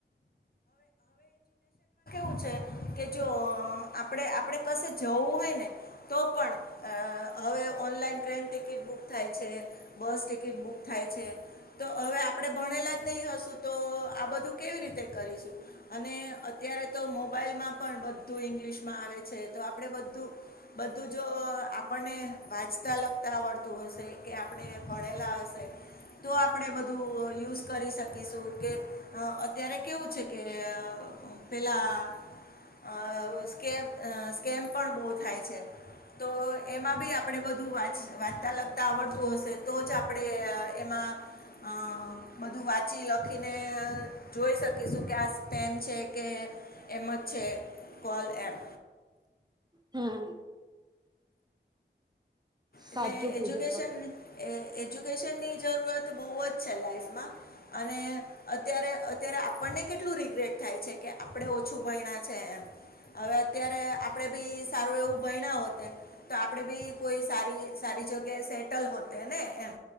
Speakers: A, on the left (about 55°); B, on the right (about 20°).
A: પ છેે કે જો આપણે આપણે ક જવું હોય ને તો પણ હવે ઓનલાઈન ટ્રેન ટિકિટ બુક થાય છે બસ ટિકિટ બુક થાય છે તો હવે આપડણે ભણેલા જ નહી હશું તો આ બધું કેવી રીતે અને અત્યારે તો મોબાઈલમાં પણ બધું ઇંગ્લિશ માં આવે છે તો આપણેે બધું બધું જો આપણને વાજતા લગતા આવડતું હશે કે આપણે ભળેલા હશે તો આપણે બધું યુઝ કરી શકીશું કે અત્યારે કેવું છે કે પેલા અ સ્કેમ સ્કેમ પણ બહુ થાય છે તો એમાં બી આપણેે બુ વાંચતા લગતા આવડતું હશે તો જ આપણેે એમાં હ બધું વાંચી લખીને જોઈ શકે કે શું ક્યા સ્ટેમ છે કે એમ જ છે કોલ એપ
B: હમ સાચું
A: એટલે એજ્યુકેશન
B: કીધું તમે
A: એજ્યુકેશનની જરૂરત બહુ જ છે લાાઈફમાં અને અત્યારે અત્યારે આપણ મ કેટલું રિગ્રેટ થાય છે કે આપણેે ઓછું ભયણા છે એમ હવે અત્યારે આપડે બી સારું એવું ભય ના હોતે તો આપડે બી કોઈ સ સારી જગ્યા સેટલ ને એમ